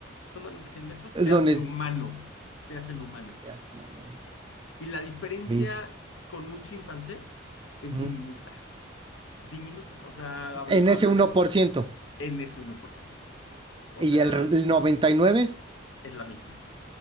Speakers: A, on the left; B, on the right.
A: solamente 100 metros,
B: Lo
A: te hacen
B: nes-
A: humano, te hacen humano.
B: Seas mamón.
A: Y la diferencia
B: Ey.
A: con un chimpancé es
B: Ujú.
A: diminuta, diminuta. O sea, habl-
B: En
A: hablaremos
B: ese 1%.
A: en ese uno por ciento, O
B: Y
A: sea,
B: el, el 99%
A: es la misma.